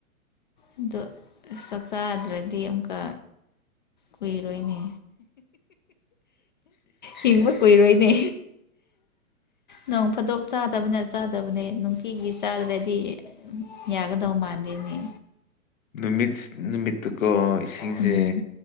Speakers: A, on the left; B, on the left.
A: ꯑꯗꯣ ꯆꯥꯛ ꯆꯥꯗ꯭ꯔꯗꯤ ꯑꯃꯨꯛꯀ ꯀꯨꯏꯔꯣꯏꯅꯦ ꯍꯤꯡꯕ ꯀꯨꯏꯔꯣꯏꯅꯦ ꯅꯣꯡ ꯐꯥꯗꯣꯛ ꯆꯥꯗꯕꯅ ꯆꯥꯗꯕꯅꯦ ꯅꯨꯡꯇꯤꯒꯤ ꯆꯥꯗ꯭ꯔꯗꯤ ꯌꯥꯒꯗꯧ ꯃꯥꯟꯗꯦꯅꯦ
B: ꯅꯨꯃꯤꯠ ꯅꯨꯃꯤꯠꯇꯀꯣ ꯏꯁꯤꯡꯁꯦ
A: ꯎꯝ